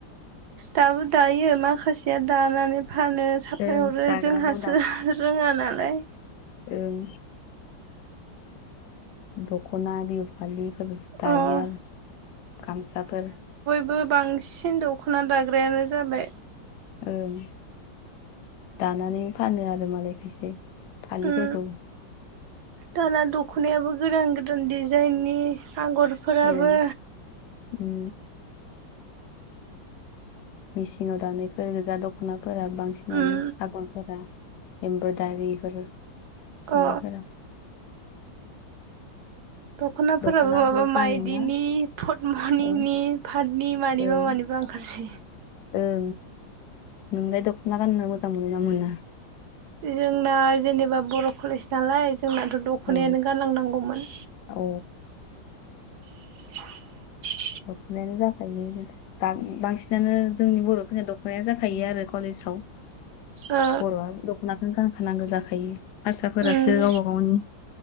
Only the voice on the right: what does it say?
दाबो दायो माखासेया दानानै फानो साप्लाय
हरो
जोंहासो
रोङा नालाय
अ
बो बांसिन दख'ना दाग्रायानो जाबाय
उम दाना दख'नायाबो गोदान गोदान डजाइननि आगरफोराबो
उम
अ दख'नाफोराबो
माबा माइदिनि
पटमनिनि
पातनि मानिबा
मानिबा ओंखारसै
जोंना जेनेबा बर' कलेज नालाय जोंनाथ' दख'नायानो
गानलांनांगौमोन।
<inaudible>
ओ
उम